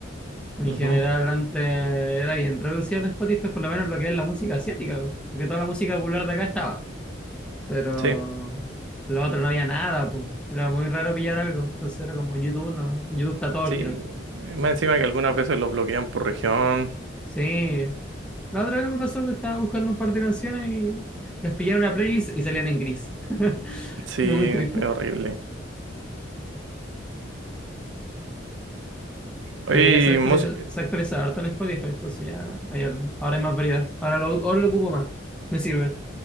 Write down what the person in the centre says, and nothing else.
En
general, antes era bien reducido el Spotify, por lo menos lo que es la música asiática, porque toda la música popular de acá estaba, pero
lo otro no había nada, po. Era muy raro pillar algo, entonces era como YouTube, no, YouTube está todo al
final.
Sí, la otra vez me pasó que estaba buscando un par de canciones y las pillé en una playlist y salían en gris. <laughs>
Fue muy triste.
Pero ya se actualiza,
se actualiza harto el Spotify, entonces ya hay al- ahora hay más variedad. Ahora lo, ahora lo ocupo más, me sirve.